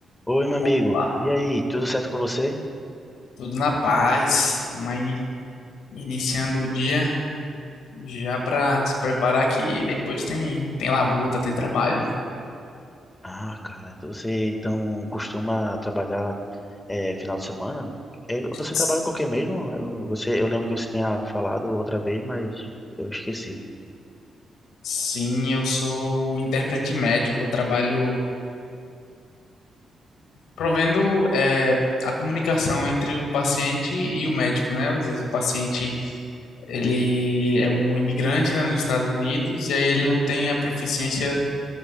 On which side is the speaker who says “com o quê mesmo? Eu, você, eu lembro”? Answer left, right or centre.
Left